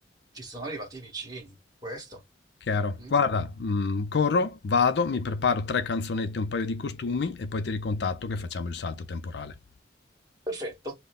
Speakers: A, on the right (about 20°); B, on the left (about 70°).
A: ci sono arrivati vicini. Questo.
B: chiaro.
A: mm?
B: Guarda, mhmm, corro, vado, mi preparo 3 canzonette e un paio di costumi e poi ti ricontatto che facciamo il salto temporale.
A: Perfetto.